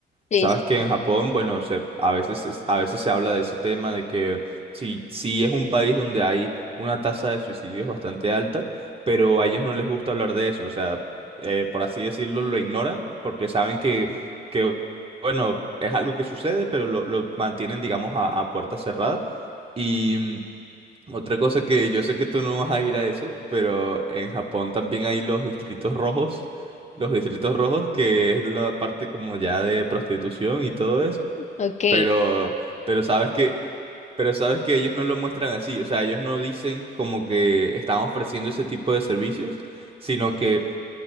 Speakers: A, on the left; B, on the right.
A: Sí,
B: Sabes
A: sí.
B: que en Japón, bueno, se, a veces, es- a veces se habla de ese tema de que sí, sí es un país donde hay una tasa de suicidios bastante alta, pero a ellos no les gusta hablar de eso, o sea, eh, por así decirlo, lo ignoran porque saben que, que bueno, es algo que sucede, pero lo, lo mantienen, digamos, a, a puerta cerrada. Y mm, otra cosa que yo sé que tú no vas a ir a eso, pero en Japón también hay los distritos rojos, los distritos rojos, que es la parte como ya de prostitución y todo eso.
A: Ok.
B: Pero, pero sabes que, pero sabes que ellos no lo muestran así, o sea, ellos no dicen como que están ofreciendo ese tipo de servicios, sino que